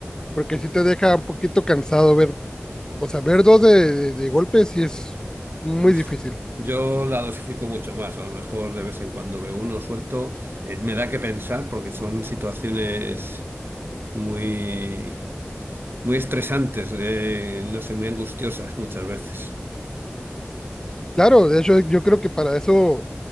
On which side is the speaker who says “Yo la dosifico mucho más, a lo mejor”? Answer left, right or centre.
Right